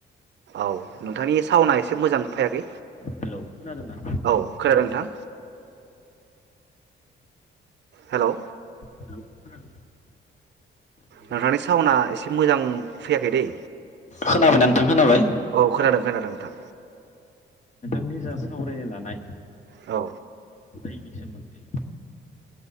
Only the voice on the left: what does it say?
खोनादोंना
हेलौ खोनादोंना हेलौ
खोनाबायना नोंथां? खोनाबाय
निजा सावरानो लानाय।
दैनि सोमोन्दै